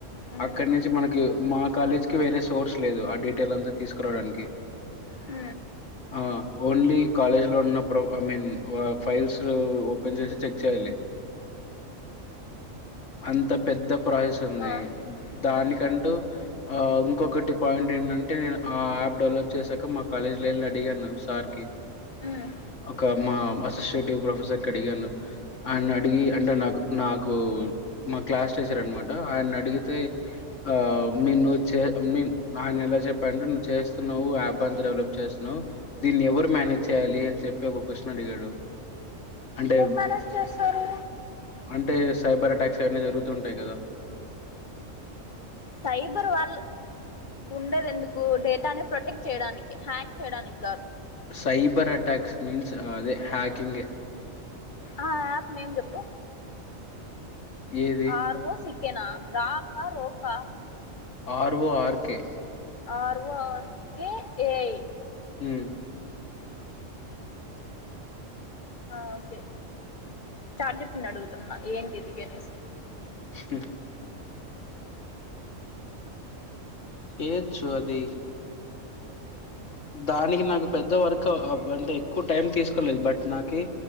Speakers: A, on the left; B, on the left.
A: ఉమ్,
B: అక్కడ నుంచి మనకి మా కాలేజ్కి వేరే సోర్స్ లేదు ఆ డీటెయిల్ అంతా తీసుకురావడానికి
A: హ
B: ఆ ఓన్లీ కాలేజ్ లో ఉన్న pro I mean files open చేసి చెక్ చేయాలి అంత పెద్ద ప్రాసెస్ ఉంది
A: ఆ,
B: దానికంటూ
A: ఉమ్,
B: ఆ ఇంకొకటి పాయింట్ ఏంటంటే నేను ఆ యాప్ డెవలప్ చేసాక మా కాలేజ్ లో ఎల్లి అడిగా సార్ కి
A: ఉమ్,
B: ఒక మా అసస్యేటివ్ ప్రొఫెసర్ కి అడిగాను
A: ఉమ్.
B: అయాన అడిగి అంటే నాకు నాకు మా క్లాస్ టీచర్ అనమాట ఆయన అడిగితే ఆ మీ నువ్వు మీ ఆయన ఎలా చెప్పాంటే నువ్వు చేస్తున్నావు యాప్ అంతా డెవలప్ చేస్తున్నావ్ దీన్ని ఎవరు మేనేజ్ చేయాలి అని చెప్పి ఒక క్వశ్న్ అడిగాడు అంటే
A: మనస్ చుస్తారు
B: అంటే సైబర్ అటాక్స్ అవన్నీ జరుగుతుంటాయి కదా
A: సైబర్ వాళ్ళు ఉండేది ఎందుకు డేటాని ప్రొటెక్ట్ చేయడానికి హ్యాక్ చేయడానికి కాదు
B: సైబర్ అటాక్స్ మీన్స్ అదే హ్యాకింగ్ గే
A: ఆ యాప్ నేమ్ చెప్పు
B: ఏది?
A: ఆరువో సక్కేనా రాకా రోకా
B: ఆరు ఓ ఆర్కే
A: ఆరు ఓ ఆర్ కే ఏఐ
B: మ్
A: ఆ okay chat G. P. T అడుగుతున్నా ఏంటి దిగనేసి
B: మ్ ఏచువది దానికి నాకు పెద్ద వర్క్ ఆ అంటే ఎక్కువ టైం తీసుకోలేదు బట్ నాకి